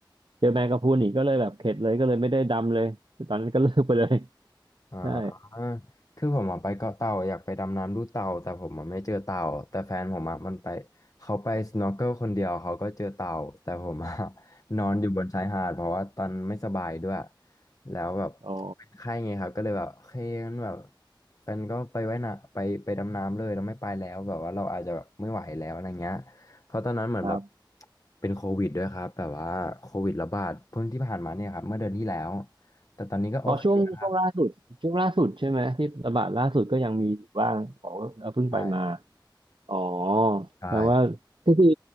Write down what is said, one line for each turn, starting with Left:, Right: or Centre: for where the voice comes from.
Right: เจอแมงกะพรุนอีกก็เลยแบบเข็ดเลยก็เลยไม่ได้ดำเลยตอนนั้นก็เลิกไปเลย <laughs>
Left: อ่า
Right: ได้
Left: คือผมอะไปเกาะเต่าอยากไปดำน้ำดูเต่าแต่ผมอะไม่เจอเต่าแต่แฟนผมอะมันไปเขาไปสโนว์เกิลคนเดียวเขาก็เจอเต่าแต่ผมอะ <laughs> นอนอยู่บนชายหาดเพราะว่าตอนไม่สบายด้วยแล้วแบบเป็นไข้ไงครับก็เลยแบบโอเคงั้นแบบ
Right: อ๋อ
Left: แฟนก็ไปไว้นะไปไปดำน้ำเลยเราไม่ไปแล้วแบบว่าเราอาจจะแบบไม่ไหวแล้วอะไรเงี้ยเพราะตอนนั้นเหมือนแบบ
Right: ครับ
Left: เป็นโควิดด้วยครับแบบว่าโควิดระบาดเพิ่งที่ผ่านมาเนี่ยครับเมื่อเดือนที่แล้วแต่ตอนนี้ก็โอเคนะครับ
Right: อ๋อช่วงช่วงล่าสุดช่วงล่าสุดใช่ไหมที่ระบาดล่าสุดก็ยังมีอยู่บ้างอ๋อเพิ่งไปมา
Left: ใช่
Right: อ๋อ
Left: ใช่
Right: แต่ว่าก็คือ